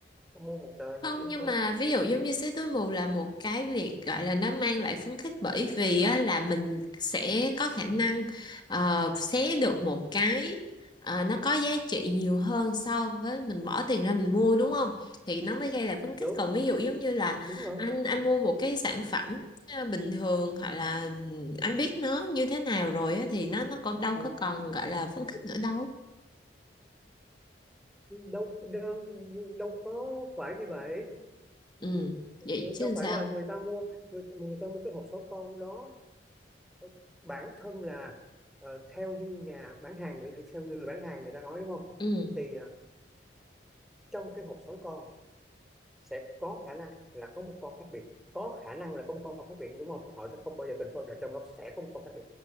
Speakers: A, in the centre; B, on the left (about 25°).
A: mua một tờ
B: Không
A: vé
B: nhưng
A: số
B: mà ví dụ giống như xé túi mù là một cái việc gọi là nó mang lại phấn khích bởi vì á, là mình sẽ có khả năng ờ, xé được một cái ờ, nó có giá trị nhiều hơn so với mình bỏ tiền ra mình mua đúng không? Thì nó mới gây lại phấn
A: đúng
B: khích. Còn ví dụ giống như là
A: đúng rồi
B: anh anh mua một cái sản phẩm ờ, bình thường hoặc là ừ, anh biết nó như thế nào rồi á, thì nó nó còn đâu
A: Ừ,
B: có còn gọi là phấn khích nữa đâu.
A: đâu, đâu đâu có phải như vậy
B: Ừ, vậy
A: Ừ,
B: chứ
A: đâu
B: làm sao?
A: phải là người ta mua người, người ta mua cái hộp số con đó Ừ, bản thân là ờ, theo như nhà bán hàng theo người bán hàng người ta nói đúng không
B: Ừ,
A: thì ờ, trong cái hộp số con sẽ có khả năng là có một con khác biệt có khả năng là có một con khác biệt đúng không họ sẽ không bao giờ confirm là trong đó sẽ có một con khác biệt